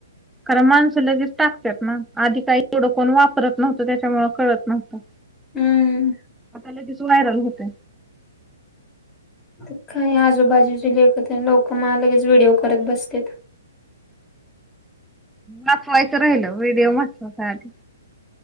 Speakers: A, in the centre; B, on the left (about 15°).
A: कारण माणसं लगेच टाकत्यात ना आधी काही एवढं कोण वापरत नव्हतं त्याच्यामुळे कळत नव्हतं.
B: हम्म
A: आता लगेच व्हायरल होतंय.
B: तर काही आजूबाजूचे लेख तेन लोक मा लगेच व्हिडिओ करत बसत्यात.
A: वाचवायचं राहिल व्हिडिओ महत्त्वाचा आदी.